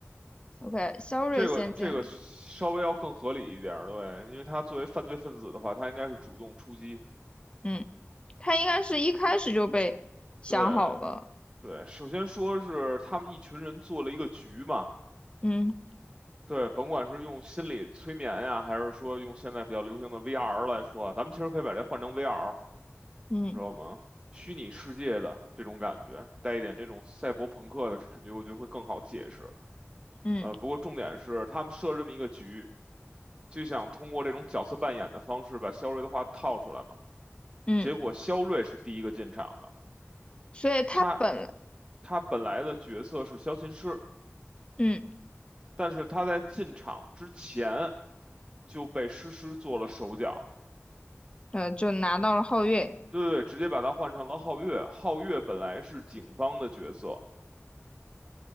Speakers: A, on the left; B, on the right.
A: OK，肖瑞先进来，
B: 这个这个稍微要更合理一点儿，对，因为他作为犯罪分子的话，他应该是主动出击，
A: 嗯，他应该是一开始就被想好了，
B: 对对，首先说是他们一群人做了一个局嘛，
A: 嗯
B: 对，甭管是用心理催眠呀，还是说用现在比较流行的 VR 来说啊，咱们其实可以把这换成 VR，
A: 嗯
B: 知道吗？虚拟世界的这种感觉，带一点这种赛博朋克的感觉，我觉得会更好解释。
A: 嗯
B: 呃，不过重点是他们设这么一个局，就想通过这种角色扮演的方式把肖瑞的话套出来嘛。
A: 嗯，
B: 结果肖瑞是第一个进场的，
A: 所以他本来
B: 他他本来的角色是萧琴师，
A: 嗯
B: 但是他在进场之前就被诗诗做了手脚，
A: 呃，就拿到了皓月。
B: 对对对，直接把他换成了皓月。皓月本来是警方的角色。